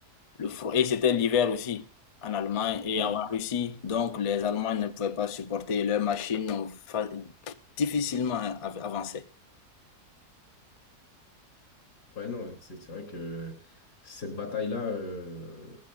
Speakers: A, on the left; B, on the left.
A: le froid. Et c'était l'hiver aussi en Allemagne et
B: Mm.
A: en Russie. Donc les Allemands ne pouvaient pas supporter leurs machines ont fa- difficilement av- avancé.
B: Ouais, non, c'est c'est vrai que cette bataille-là, euh,